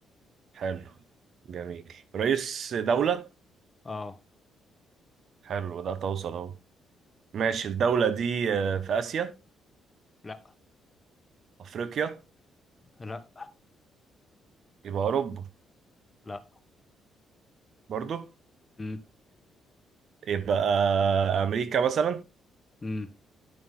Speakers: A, on the right (about 60°); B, on the left (about 20°).
A: حلو جميل رئيس دولة
B: اه
A: حلو ده توصل أهو ماشي الدولة دي آه، في آسيا
B: لا
A: أفريقيا
B: لا
A: يبقى أوروبا
B: لا
A: برضو
B: امم
A: يبقى امريكا مثلا
B: امم